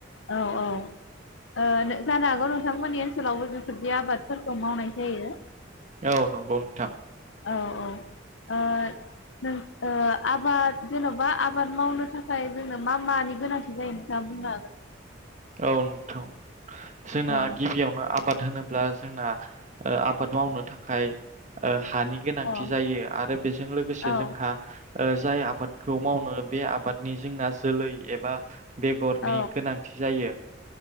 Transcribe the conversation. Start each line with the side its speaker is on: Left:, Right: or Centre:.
Left: औ औ ओ जानो हागौ नोंथांमोननि ओनसोलावबो बेफोरदि आबादफोरखौ मावनाय जायो।
Right: औ नंगौ नोंथां
Left: औ ओ नों ओ आबाद जेनबा आबाद मावनो थाखाय जोंनो मा मानि गोनांथि जायो नोंथाङा बुंनो हागोन
Right: औ नोंथां जोंना
Left: हागोन
Right: गिबियावनो आबाद होनोब्ला जोंना ओ आबाद मावनो थाखाय ओ हानि गोनांथि
Left: औ
Right: जायो आरो बेजों लोगोसे
Left: औ
Right: जोंहा ओ जाय आबादखौ मावनो बे आबादनि जोंना जोलै एबा बेगरनि
Left: औ
Right: गोनांथि जायो